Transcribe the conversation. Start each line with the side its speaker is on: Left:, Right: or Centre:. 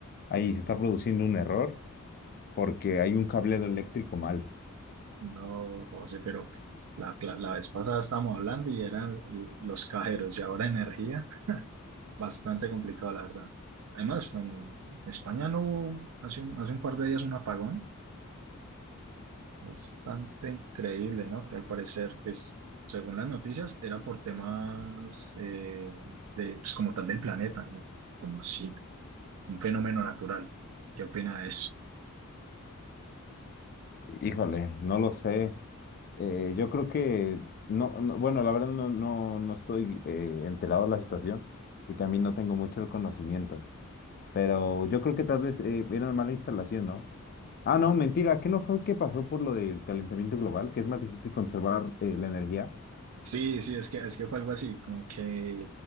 Left: Ahí se está produciendo un error porque hay un cableado eléctrico mal.
Right: No, José, pero la, cla- la vez pasada estábamos hablando y eran el- los cajeros y ahora energía, bastante complicado, la verdad. Además, pues, en España no hubo hace un, hace un par de días un apagón, bastante increíble, ¿no? Que al parecer, pues, según las noticias, era por temas eh, de, pues, como tal del planeta, ¿no? Como así, un fenómeno natural. ¿Qué opina de eso?
Left: Híjole, no lo sé. Eh, yo creo que, no, no- bueno, la verdad no, no, no estoy eh, enterado de la situación y también no tengo mucho el conocimiento, pero yo creo que tal vez eh, era una mala instalación, ¿no? Ah, no, mentira, ¿qué no fue que pasó por lo del calentamiento global, que es más difícil conservar eh, la energía?
Right: Sí, sí, es que, es que fue algo así, como que